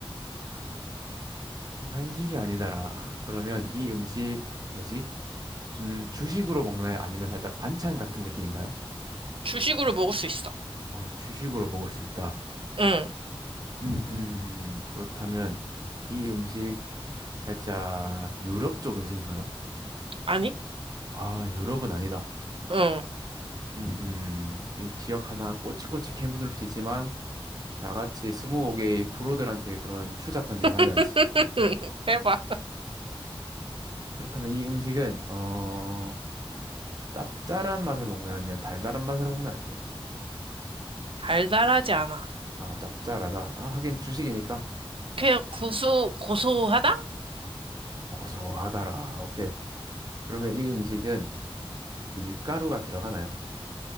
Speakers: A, on the right; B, on the right.
A: 음, 한식이 아니다라. 그러면 이 음식 뭐지? 좀 주식으로 먹나요? 아니면 살짝 반찬 같은 느낌인가요?
B: 주식으로 먹을 수 있어.
A: 어, 주식으로 먹을 수 있다.
B: 응.
A: 음, 음, 그렇다면 이 음식 살짝 유럽 쪽 음식인가요?
B: 아니?
A: 아, 유럽은 아니다.
B: 응.
A: 음, 음, 이 지역 하나 꼬치꼬치 캐묻을 수 있지만 나같이 스무고개의 프로들한테 그런 추잡한 짓은 하지
B: <laughs>
A: 않지.
B: 해봐.
A: 그렇다면 이 음식은 어 짭짤한 맛으로 먹나요? 아니면 달달한 맛으로 먹나요? 좀.
B: 달달하지 않아.
A: 아, 짭짤하다. 아, 하긴 주식이니까
B: 그냥 고소, 고소하다?
A: 고소하다라. 오케이. 그러면 이 음식은 밀가루가 들어가나요?